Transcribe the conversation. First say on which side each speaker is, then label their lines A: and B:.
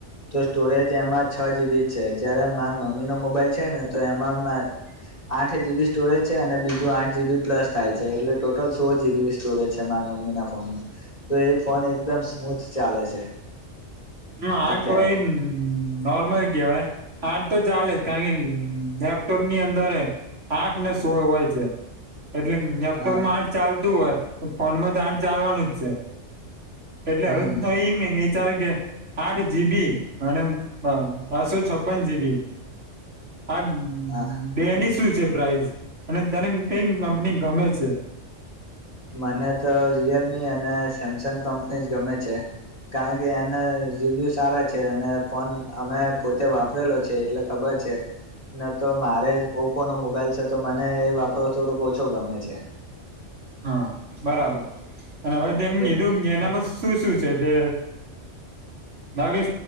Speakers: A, on the left; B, on the right.
A: તો સ્ટોરેજ એમાં છ જીબી જ છે જયારે મારા મમ્મીનોો મોબાઈલ છે ને તો એમાં આઠ જીબી સ્ટોરેજ છે અને બીજું આઠ જીબી પ્લસ થાય છે એટલે ટોટલ સો દો સ્ટોરેજ છે મારા મમ્મી ના ફોનમાં, તો એ ફોન એકદમ સ્મૂથ ચાલે છે
B: હમ આઠ
A: અત્યારે
B: હોય એ નોર્મલ કહેવાય, આઠ તો ચાલે જ કારણ કે લેપટોપ ની અંદર આઠ ને સોળ હોય છે. એટલે લેપ્ટોમા
A: હ
B: ચાલતું હોય. તો ફોન માં દાાન ચાલવાનું જ છે. એટલે
A: હમ
B: હવે ન એ ચાર કે આઠ જી બી અને બસો છપન જી બી. હા
A: હ
B: બે ને શું છે? પ્રઇસ અને તને કઈ કંપની ગમે છે?
A: મને તો રિયલમી અને સેમસંગ કંપની જ ગમે છે, કારણ કે એના રિવ્યૂ સારા છે, અને ફોન અમે પોતે વાપરેલો છે એટલે ખબર છે ન તો મારે જ ઓપોનો મોબાઈલ છે તો મને એ વાપરવો થોડુંક ઓછો ગમે છે.
B: હા બરાબર. અને હવે
A: એટલે.
B: કીધું એનામાં શું શું છે તે હવે